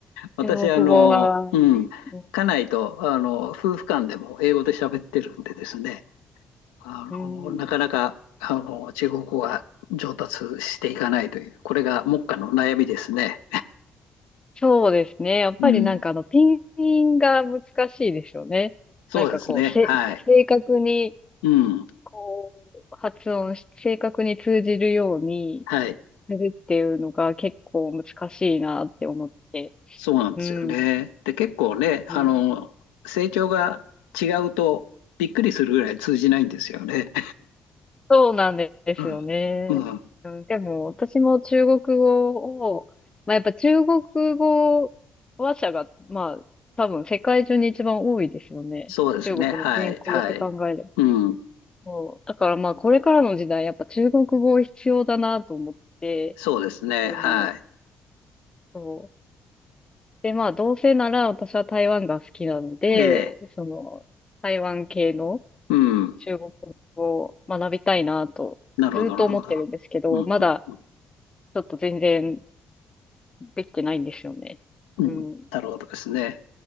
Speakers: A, on the left; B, on the left.
A: 私、
B: 中国語はね。
A: あの、うん、
B: うん。
A: 家内と、あの、夫婦間でも英語で喋ってるんでですね、あの、
B: うん。
A: なかなか、あの、中国語が上達していかないという、これが目下の悩みですね。
B: そうですね。やっぱりなんかあの、
A: うん、
B: ピンピンが難しいですよね。
A: そうですね。
B: なんかこう、せ、
A: はい。
B: 正確に、
A: うん、
B: こう、発音し、正確に通じるように
A: はい。
B: するっていうのが結構難しいなって思って。
A: そうなんですよね。
B: うん。
A: で、結構ね、
B: うん
A: あの、成長が違うとびっくりするぐらい通じないんですよね。
B: そうなんですよね。
A: <laughs> うん、うん、
B: うん、でも、私も中国語を、まあ、やっぱ中国語話者が、まあ、多分世界中に一番多いですよね。
A: そうですね。
B: 中国の人口って考えれば。
A: はい、はい。うん、
B: そうだからまあ、これからの時代、やっぱ中国語必要だなと思って、
A: そうですね。
B: うん、
A: はい。
B: そう。で、まあ、どうせなら私は台湾が好きなので、
A: ええ
B: その、台湾系の
A: うん。
B: 中国語を学びたいなと、
A: なるほど、
B: ずっと思ってるんですけど、
A: なるほど。うん、うん、
B: まだ、
A: うん。
B: ちょっと全然できてないんですよね。
A: うんなるほどですね。
B: うん。